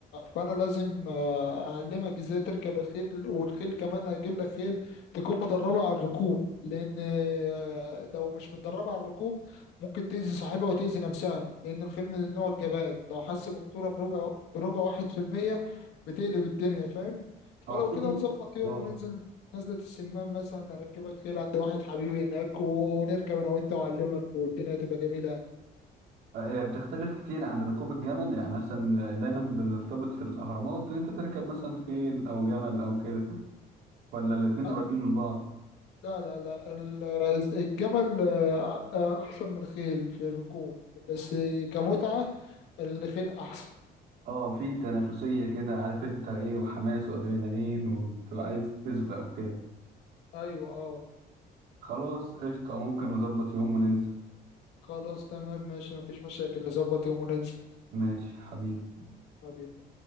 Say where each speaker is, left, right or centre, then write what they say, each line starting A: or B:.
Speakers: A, on the left; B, on the right.
A: فأنا لازم آه، أعلمك ازاي تركب الخيل والخيل كمان هجيب لك خيل تكون مدربة على الركوب لأن آه، لو مش متدربة على الركوب ممكن تأذي صاحبها وتأذي نفسها لأن الخيل من النوع الجبان لو حس بخطورة بربع بربع واحد في المية بتقلب الدنيا فاهم
B: اه
A: فلو
B: في
A: كده نظبط يوم
B: اه
A: وننزل نزلة السمان مثلا أركبك خيل عند واحد حبيبي هناك ونركب أنا وأنت وأعلمك والدنيا تبقى جميلة
B: هي بتختلف كتير عن ركوب الجمل يعني مثلا دايما بنرتبط في الأهرامات إن أنت تركب مثلا خيل أو جمل أو كده ولا الاتنين
A: أ-
B: قريبين من بعض
A: لا لا لا ال- الجمل آه، آه، أحسن من الخيل في الركوب بس كمتعة الخيل أحسن
B: اه في تنافسية كده عارف انت ايه وحماس وأدرينالين وتبقى عايز تسبق وكده
A: أيوة أه
B: خلاص قشطة ممكن نظبط يوم وننزل
A: خلاص تمام ماشي مفيش مشاكل نظبط يوم وننزل
B: ماشي حبيبي
A: حبيبي